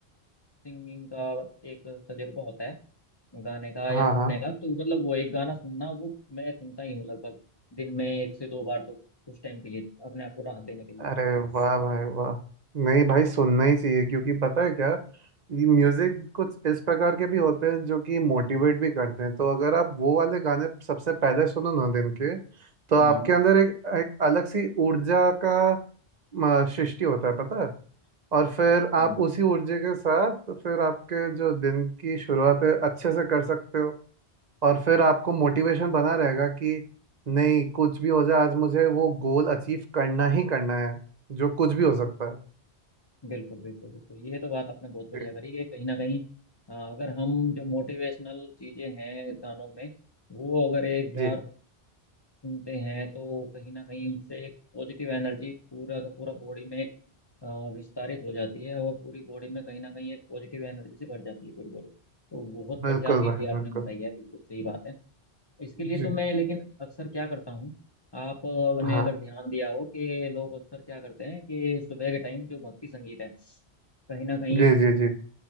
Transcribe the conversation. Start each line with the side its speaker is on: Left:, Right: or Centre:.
Left: सिंगिंग का एक तजुर्बा होता है गाने का
Right: हाँ
Left: या सुनने
Right: हाँ
Left: का तो मतलब वो एक गाना सुनना वो मैं सुनता ही हूँ लगभग दिन में एक से दो बार तो कुछ टाइम के लिए अपने आप को राहत देने के लिए
Right: अरे वाह भाई वाह नहीं भाई सुनना ही चाहिए क्योंकि पता है क्या ये म्यूजिक कुछ इस प्रकार के भी होते हैं जो कि मोटिवेट भी करते हैं तो अगर आप वो वाले गाने सबसे पहले सुनो ना दिन के तो आपके
Left: हम्म
Right: अंदर एक एक अलग सी ऊर्जा का म, सृष्टि होता है पता है और फिर आप
Left: हम्म,
Right: उसी ऊर्जा के साथ फिर आपके जो दिन की शुरुआत है अच्छे से कर सकते हो और फिर आपको मोटिवेशन बना रहेगा कि नहीं कुछ भी हो जाए आज मुझे वो गोल अचीव करना ही करना है जो कुछ भी हो सकता है
Left: बिल्कुल बिल्कुल बिल्कुल ये तो बात आपने बहुत बढ़िया
Right: जी।
Left: करी कि कहीं ना कहीं अ, अगर हम जो मोटिवेशनल चीजें हैं गानों में वो अगर एक बार
Right: जी
Left: सुनते हैं तो कहीं ना कहीं उससे एक पॉजिटिव एनर्जी पूरा का पूरा बॉडी में एक अ, विस्तारित हो जाती है और पूरी बॉडी में कहीं ना कहीं एक पॉजिटिव एनर्जी से भर जाती है पूरी बॉडी तो बहुत
Right: बिल्कुल
Left: बढ़िया चीज़
Right: भाई
Left: ये आपने
Right: बिल्कुल
Left: बताई है बिल्कुल सही बात है इसके लिए
Right: जी
Left: तो मैं लेकिन अक्सर क्या करता हूँ आपने
Right: हाँ
Left: अगर ध्यान दिया हो कि लोग अक्सर क्या करते हैं कि सुबह के टाइम जो भक्ति संगीत है कहीं ना कहीं
Right: जी जी जी